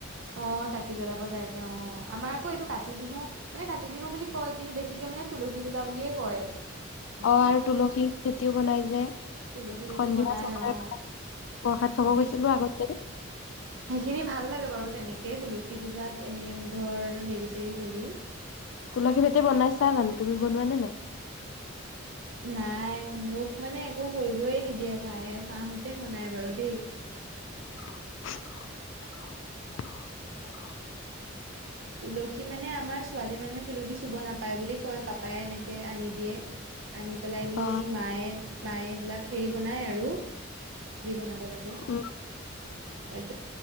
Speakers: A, on the right (about 65°); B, on the left (about 70°).
A: অ চাকি জ্বলাব যাইছে অ আমাৰ আকৌ এইটো কাতি বিহু মানে কাতি বিহু বুলি কয় কিন্তু বেছিকে মানে তুলসী পূজা বুলিয়ে কয়। ইফালে।
B: অ আৰু তুলসী খেতিও বনাই যে
A: তুলসী ভেটি
B: সন্ধিয়া
A: বনাই
B: চ প্ৰসাদ
A: অ',
B: খাব
A: অ', সেই
B: গৈছিলো আগতে
A: সেইখিনি ভাল লাগে বাৰু তেনেকে তুলসী পূজাত এনেকে ধৰ হেৰি জেৰি কৰি
B: তুলসী ভেটে বনাইছা জানো তুমি বনোৱা নে নাই
A: নাই মোক মানে একো কৰিবই নিদিয়ে মায়ে মাহোতে বনাই বাৰু দেই।
B: <unintelligible>
A: তুলসী মানে আমাৰ ছোৱালী মানুহে তুলসী চুব নাপায় বুলি কয় পাপায়ে এনেকে আনি দিয়ে আ পেলাই নি
B: অ
A: মায়ে মায়ে এইবিলাক হেৰি বনায় আৰু যি বনাব লাগে
B: উম
A: তাকে